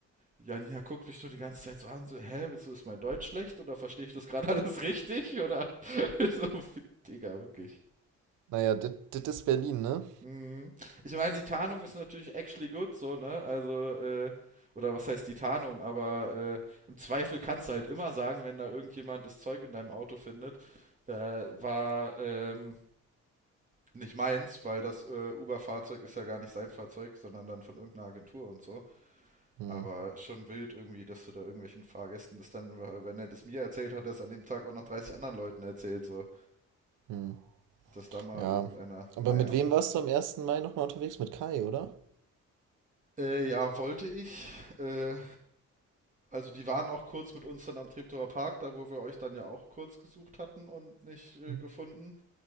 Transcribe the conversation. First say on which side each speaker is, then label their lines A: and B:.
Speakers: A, on the right; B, on the right.
A: Janina guckt mich so die ganze Zeit so an, so, hä, wieso ist mein Deutsch schlecht oder verstehe ich das gerade alles richtig? Oder <laughs> so, Digga, wirklich.
B: Naja, das ist Berlin, ne?
A: Hm. Ich meine, die Tarnung ist natürlich actually good, so, ne? Also, äh, oder was heißt die Tarnung, aber äh, im Zweifel kannst du halt immer sagen, wenn da irgendjemand das Zeug in deinem Auto findet, äh, war ähm, nicht meins, weil das äh, Uber-Fahrzeug ist ja gar nicht sein Fahrzeug, sondern dann von irgendeiner Agentur und so.
B: Hm,
A: Aber schon wild irgendwie, dass du da irgendwelchen Fahrgästen das dann, äh, wenn er das mir erzählt hat, das an dem Tag auch noch 30 anderen Leuten erzählt, so.
B: hm,
A: Und Dass da mal
B: ja.
A: irgendeiner,
B: Aber
A: naja.
B: mit wem warst du am ersten Mai nochmal unterwegs? Mit Kai, oder?
A: Äh, ja, wollte ich. Äh, also die waren auch kurz mit uns dann am Treptower Park, da wo wir euch dann ja auch kurz gesucht hatten und nicht äh,
B: Hm,
A: gefunden.